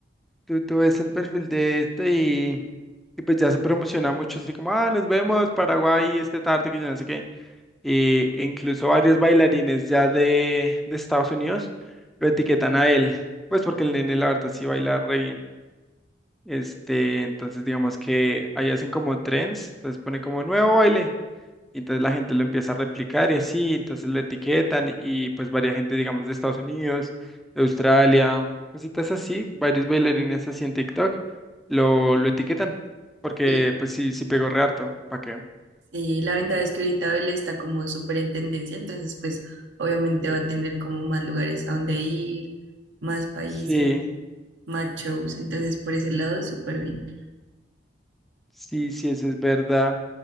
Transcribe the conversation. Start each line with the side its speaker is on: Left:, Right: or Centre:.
Centre: tú, tú ves el perfil de este y, y pues ya se promociona mucho, así como, ah, nos vemos Paraguay esta tarde, que yo no sé qué. Y incluso varios bailarines ya de, de Estados Unidos lo etiquetan a él, pues porque el nene la verdad sí baila re bien. Este, entonces digamos que ahí hacen como trends, entonces pone como nuevo baile, y entonces la gente lo empieza a replicar y así, entonces lo etiquetan y pues varias gente, digamos, de Estados Unidos, de Australia, cositas así, varios bailarines así en TikTok lo, lo etiquetan, porque
Right: Y,
Centre: pues sí, sí pegó re harto, ¿para qué?
Right: y la ventaja es que ahorita Belé está como súper en tendencia, entonces pues obviamente va a tener como más lugares a donde ir, más países,
Centre: Sí.
Right: más shows, entonces por ese lado súper bien.
Centre: Sí, sí, eso es verdad.